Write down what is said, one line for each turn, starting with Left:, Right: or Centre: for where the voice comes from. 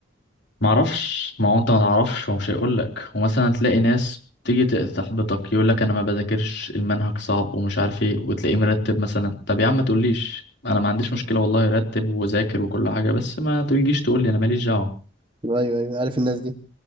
Left: معرفش ما هو انت ما تعرفش ومش هيقول لك ومثلا تلاقي ناس تيجي ت- تحبطك يقول لك انا ما بذاكرش المنهج صعب ومش عارف ايه وتلاقيه مرتب مثلا طب يا عم ما تقوليش انا ما عنديش مشكله والله رتب وذاكر وكل حاجه بس ما تجيش تقول لي انا ماليش دعوه
Right: أيوه أيوه عارف الناس دي